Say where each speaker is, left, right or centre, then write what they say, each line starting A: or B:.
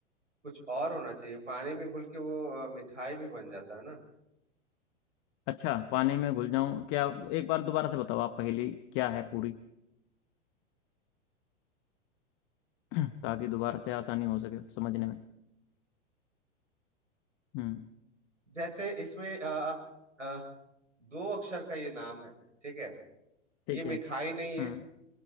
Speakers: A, on the right; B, on the left.
A: कुछ और होना चाहिए पानी में घुल के वो अ, मिठाई भी बन जाता है ना
B: अच्छा पानी में घुल जाऊं क्या आप- एक बार दोबारा से बताओ आप पहेली क्या है पूरी <clears throat> ताकि
A: अच्छा
B: दोबारा से आसानी हो सके समझने में हम्म
A: जैसे इसमें अ, आप अ, दो अक्षर का ये नाम है ठीक है
B: ठीक
A: ये मिठाई
B: है
A: नहीं है
B: हम्म